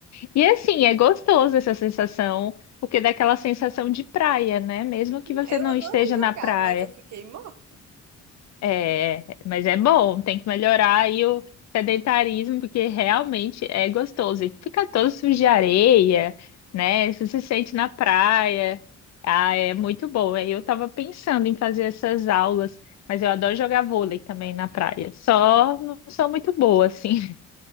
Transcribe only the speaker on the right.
Eu
adorei
jogar,
mas eu fiquei morta.